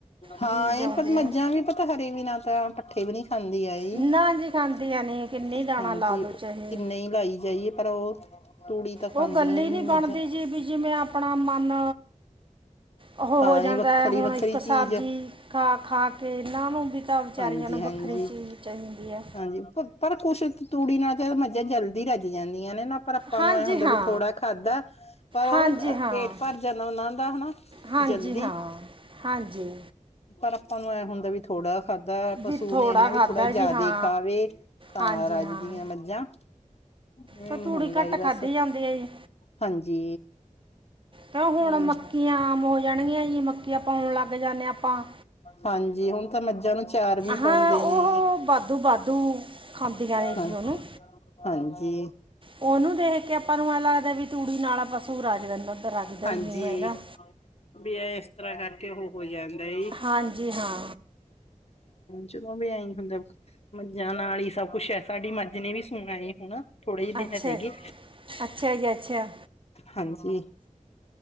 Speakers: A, on the left; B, on the right.
A: ਹਾਂ
B: ਬੀਜ
A: ਇਹ
B: ਆਉਂਦੇ
A: ਪਰ ਮੱਝਾਂ
B: ਆ
A: ਵੀ ਤਾਂ ਤਾਂ ਹਰੇ ਵਿਨਾ ਤਾਂ ਪੱਠੇ ਵੀ ਨਹੀਂ ਖਾਂਦੀਆ ਇਹ। <unintelligible>
B: ਨਾ ਜੀ ਖਾਂਦੀਆਂ ਨੇ ਕਿੰਨੀ ਦਾਣਾ
A: ਹਾਂਜੀ
B: ਲਾ ਦੋ ਚਾਹੇ
A: ਕਿੰਨੇ ਹੀ ਲਾਈ ਜਾਈਏ ਪਰ ਉਹ ਤੂੜੀ ਤਾਂ ਖਾਂਦੀਆਂ
B: ਉਹ ਗੱਲ ਹੀ ਨਹੀਂ
A: ਨੀ ਮੱਝਾਂ
B: ਬਣਦੀ ਜੀ ਵੀ ਜਿਵੇਂ ਆਪਣਾ ਮਨ ਉਹੋ
A: ਹਾਂ
B: ਹੋ ਜਾਂਦਾ
A: ਇਹ ਵੱਖਰੀ
B: ਹੈ ਹੁਣ
A: ਵੱਖਰੀ
B: ਇੱਕ
A: ਚੀਜ਼
B: ਸਬਜ਼ੀ, ਖਾ-ਖਾ ਕੇ ਇਹਨਾਂ ਨੂੰ ਵੀ ਤਾਂ ਵਿਚਾਰੀਆਂ
A: ਹਾਂਜੀ
B: ਨੂੰ
A: ਹਾਂਜੀ
B: ਵੱਖਰੀ ਚੀਜ਼ ਚਾਹੀਦੀ ਐ।
A: ਹਾਂਜੀ ਪਰ ਕੁਛ ਤੂੜੀ ਨਾਲ ਤੇ ਮੱਝਾਂ ਜਲਦੀ ਰੱਜ ਜਾਂਦੀਆਂ ਨੇ ਨਾ। ਪਰ ਆਪਾਂ
B: ਹਾਂਜੀ
A: ਨੂੰ ਆਏ ਹੁੰਦੇ
B: ਹਾਂ
A: ਵੀ ਥੋੜ੍ਹਾ ਖਾਧਾ, ਪਰ ਉਹ
B: ਹਾਂਜੀ ਹਾਂ
A: ਪੇਟ ਭਰ ਜਾਂਦਾ ਉਹਨਾਂ ਦਾ ਹਨਾ।
B: ਹਾਂਜੀ
A: ਜਲਦੀ
B: ਹਾਂ, ਹਾਂਜੀ।
A: ਪਰ ਆਪਾਂ ਨੂੰ ਐਂ ਹੁੰਦਾ ਵੀ ਥੋੜ੍ਹਾ ਖਾਧਾ ਪਸੂ
B: ਵੀ ਥੋੜ੍ਹਾ
A: ਨੇ ਹਨਾ
B: ਖਾਧਾ
A: ਵੀ ਥੋੜਾ
B: ਜੀ
A: ਜਿਆਦਾ
B: ਹਾਂ
A: ਖਾਵੇ, ਤਾਂ
B: ਹਾਂਜੀ
A: ਰੱਜਦੀਆਂ
B: ਹਾਂ
A: ਮੱਝਾਂ। ਨਹੀਂ
B: ਕਿ ਤੂੜੀ
A: ਹੁੰਦਾ
B: ਘੱਟ
A: ਬਸ,
B: ਖਾਧੀ ਜਾਂਦੀ ਹੈ ਜੀ
A: ਹਾਂਜੀ।
B: ਕਿਉਂ ਹੁਣ
A: ਹਾਂਜੀ
B: ਮੱਕੀਆਂ
A: <unintelligible>
B: ਆਮ ਹੋ ਜਾਣਗੀਆਂ ਜੀ ਮੱਕੀਆਂ ਪਾਉਣ ਲੱਗ ਜਾਂਦੇ ਆਪਾਂ
A: ਹਾਂਜੀ ਹੁਣ ਤਾਂ ਮੱਝਾਂ ਨੂੰ ਚਾਰ ਵੀ
B: ਹਾਂ
A: ਪਾਉਂਦੇ
B: ਉਹ
A: ਨੇ।
B: ਬਾਦੂ ਬਾਦੂ ਖਾਂਦੀਆਂ ਨੇ
A: ਹਾਂ
B: ਜੀ ਉਹਨੂੰ
A: ਹਾਂਜੀ
B: ਉਹਨੂੰ ਦੇਖ ਕੇ ਆਪਾਂ ਨੂੰ ਐ ਲੱਗਦਾ ਵੀ ਤੂੜੀ ਨਾਲ ਆ ਪਸੂ ਰਜ ਦਿੰਦਾ ਪਰ ਰੱਜਦਾ
A: ਹਾਂਜੀ
B: ਹੀ ਨੀ ਹੈਗਾ।
A: ਵੀ ਇਹ ਇਸ ਤਰ੍ਹਾਂ ਕਰਕੇ ਉਹ ਹੋ ਜਾਂਦਾ ਈ।
B: ਹਾਂਜੀ ਹਾਂ
A: ਜਦੋਂ ਵੀ ਆਈ ਹੁੰਦਾ <unintelligible> ਮੱਝਾਂ ਨਾਲ ਹੀ ਸਭ ਕੁੱਛ ਹੈ ਸਾਡੀ ਮੱਝ ਨੇ ਵੀ ਸੂਣਾ ਏ ਹੁਣ। ਥੋੜੇ ਹੀ ਦਿਨ
B: ਅੱਛਾ
A: ਰਹਿ ਗਏ।
B: ਅੱਛਾ ਜੀ ਅੱਛਾ
A: ਹਾਂਜੀ